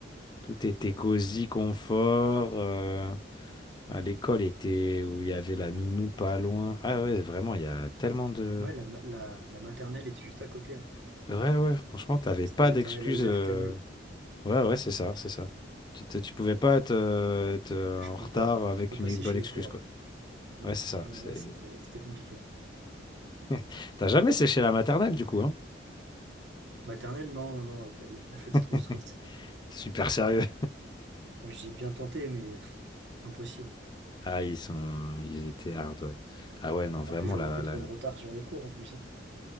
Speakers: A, on the left; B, on the right.
A: tout était cosy, confort. euh, à l'école était où il y avait la nounou pas loin. Ah ouais, vraiment, il y a tellement de...
B: Ouais, la, ma- la, la maternelle était juste à côté.
A: Ouais, ouais, franchement, t'avais
B: C'était
A: pas
B: maternelle
A: d'excuses.
B: Albert
A: euh,
B: Camus.
A: Ouais, ouais, c'est ça, c'est ça. Tu, te- tu pouvais pas être, euh, être, euh,
B: Je
A: en
B: pouvais
A: retard
B: pas,
A: avec
B: je pouvais
A: une
B: passer
A: bonne
B: chez
A: excuse,
B: les cours
A: quoi.
B: là. Non,
A: Ouais, c'est ça.
B: ah non,
A: C'est...
B: là, c'était, c'était compliqué.
A: <laughs> T'as jamais séché la maternelle, du coup, hein?
B: Maternelle, non, non, non, le- les profs étaient
A: <laughs>
B: trop stricts.
A: Super sérieux.
B: J'ai bien tenté, mais pff, impossible.
A: Ah, ils sont, ils étaient hard, ouais. Ah ouais, non, vraiment,
B: Ah, puis j'aurais
A: là,
B: pris
A: là.
B: trop de retard sur les cours en plus, hein.